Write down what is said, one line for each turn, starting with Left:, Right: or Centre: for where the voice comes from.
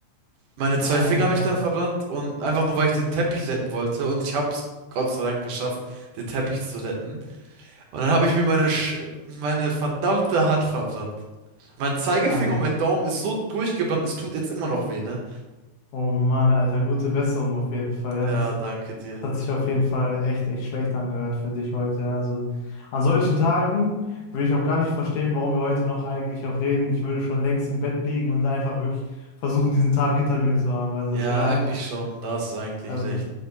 Right: Meine zwei
Left: Alter.
Right: Finger habe ich dann verbrannt und einfach nur, weil ich den Teppich retten wollte und ich habe es Gott sei Dank geschafft, den Teppich zu retten. Und dann habe ich mir meine, Sch meine verdammte Hand verbrannt. Mein Zeigefinger
Left: Ei.
Right: und mein Daumen ist so durchgebrannt, es tut jetzt immer noch weh, ne?
Left: Oh Mann, Alter, gute Besserung auf jeden Fall. Ja,
Right: Ja,
Left: das,
Right: danke dir.
Left: das hat sich auf jeden Fall echt, echt schlecht angehört für dich heute. Ja. Also an solchen Tagen würde ich auch gar nicht verstehen, warum wir heute noch eigentlich auch reden. Ich würde schon längst im Bett liegen und einfach wirklich versuchen, diesen Tag hinter mir zu haben. Also
Right: Ja,
Left: das wäre,
Right: eigentlich schon. Da hast du eigentlich
Left: also
Right: recht.